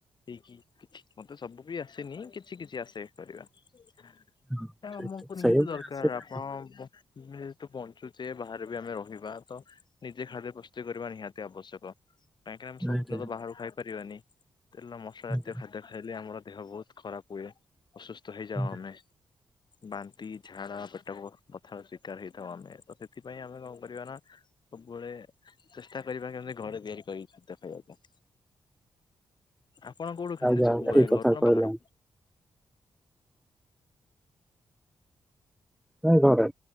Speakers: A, on the left; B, in the centre.
A: ହେଇକି ମତେ ସବୁ ବି ଆସେନି କିଛି କିଛି ଆସେ କରିବା
B: ହଁ ଠିକ
A: ଆମକୁ
B: ଠିକ
A: ନିହାତି
B: ସେଇଭଳି
A: ଦରକାର
B: ଆସିଲେ
A: ଆପଣ
B: ଭଲ।
A: ଯେହତୁ ବଞ୍ଚୁଛେ ବାହାରେ ବି ଆମେ ରହିବା ତ ନିଜେ ଖାଦ୍ୟ ପ୍ରସ୍ତୁତି କରିବା ନିହାତି ଆବଶ୍ୟକ କାହିଁକି ଆମେ ସବୁଦିନ
B: ଆଜ୍ଞା
A: ତ ବାହାରକୁ ଖାଇପାରିବାନି ତେଲ ମସଲା
B: ଆଜ୍ଞା
A: ଜାତୀୟ ଖାଦ୍ୟ ଖାଇଲେ ଆମର ଦେହ ବହୁତ ଖରାପ ହୁଏ ଅସୁସ୍ଥ ହେଇଯାାଉ
B: ଆଜ୍ଞା
A: ଆମେ ବାନ୍ତି ଝାଡା ପେଟ ପ କଥ ଶିକାର ହେଇଥାଉ ଆମେ ତ ସେଥିପାଇଁ ଆମେ କଣ କରିବା ନା ସବୁବେଳେ ଚେଷ୍ଟା କରିବା କେ କି ଘରେ ତିଆରି କରି ଖାଦ୍ୟ ଖାଇବାକୁ ଆପଣ କୋଉଠୁ ଖାଆନ୍ତି
B: ଆଜ୍ଞା
A: ସବୁବେଳେ
B: ଆଜ୍ଞା ଠିକ କଥା
A: ଘରୁ ନା
B: କହିଲେ
A: ବାହାରୁ?
B: ନାଇଁ ଘରେ